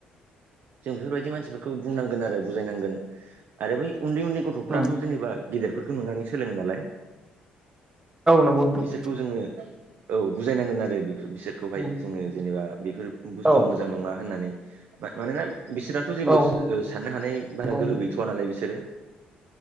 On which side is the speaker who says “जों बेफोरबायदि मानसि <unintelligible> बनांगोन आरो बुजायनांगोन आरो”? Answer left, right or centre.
Right